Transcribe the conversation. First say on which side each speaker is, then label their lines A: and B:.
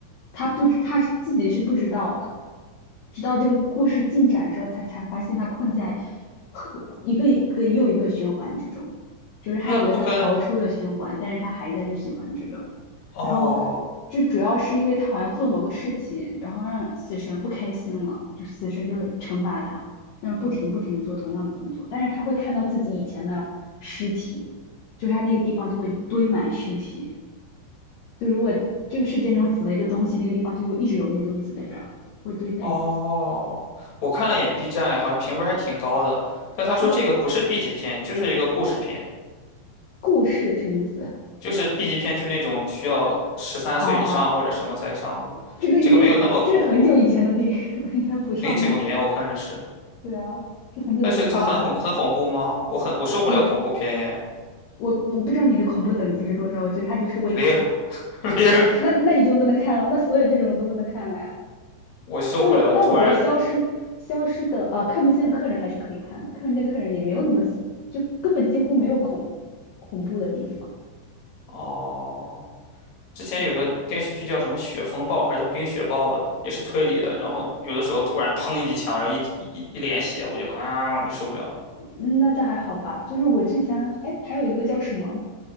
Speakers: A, on the left; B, on the left.
A: 他不知，他是自己是不知道的，直到这个故事进展之后，他才发现他困在和一个一个又一个循环之中，就是他以为他逃出了循环，
B: 那不跟
A: 但是他还在这循环之中。
B: 哦
A: 然后这主要是因为他好像做某个事情，然后让死神不开心了，就死神就是惩罚他，让他不停不停的做同样的动作，但是他会看到自己以前的尸体，就是他那个地方就会堆满尸体。就如果这个事件中死了一个东西，那个地方就会一直有那个东西死在这儿，会堆在一起。
B: 哦，我看了眼 B 站，好像评分还挺高的，但他说这个不是
A: 是的，
B: B 级片，就是一个故事片。
A: 故事什么意思？
B: 就是 B 级片，就是那种需要十三岁以上或者什么才上的，
A: 哦哦，这个应该这是很久以前的电影了，
B: 这个没有那么恐怖。
A: 应该不上映了
B: 零九年我看着是，
A: 对啊，这很久之前了，
B: 但是它很恐很恐怖吗？我很我受不了恐怖片耶，
A: 也我我不知道你的恐怖等级是多少，我觉得它就是微恐吧。
B: 零 <laughs> 零
A: 那那已经不能看了，那所有这种都不能看了呀。
B: 我受不了。
A: 但我但我觉得消失消失的啊，
B: 你突然
A: 看不见的客人还是可以看的，看不见客人也没有那么就根本几乎没有恐恐怖的地方。
B: 哦，之前有个电视剧叫什么《雪风暴》还是叫《冰雪暴》的，
A: 对，
B: 也是推理的，然后有的时候突然砰一枪，然后一一一一脸血，我就啊，你受不了了。
A: 嗯那这还好吧。就是我之前还还有一个叫什么，